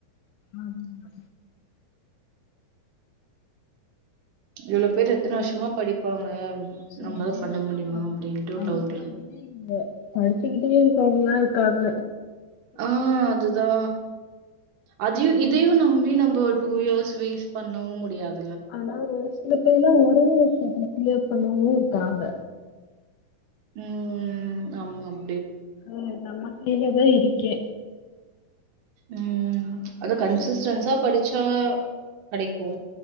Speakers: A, on the left (about 70°); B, on the right (about 65°).
A: ஆம்மா
B: இவ்ளோ பேரு எத்தன வருஷமா படிப்பாங்க
A: சில
B: நம்மளால
A: பேர்னா
B: பண்ண முடியுமா? அப்படின்ட்டு ஒரு
A: அதுக்காகவே
B: டவுட் இருக்கு.
A: இங்க படிச்சுக்கிட்டே இருக்காங்க க்காங்க
B: ஆ அதுதா அதையு இதையு நம்பி நம்ப ஒரு டூ இயர்ஸ் வேஸ்ட் பண்ணவு முடியாது
A: ஆனா ஒரு சில பேர்லா ஒரே வருஷத்துல க்ளியர் பண்ணவங்களு இருக்காங்க
B: ம் ஆமாம்
A: ம் நம்ம கைல தா இருக்கு
B: ம் அத கன்சிஸ்டன்ஸா படிச்சா கெடைக்கு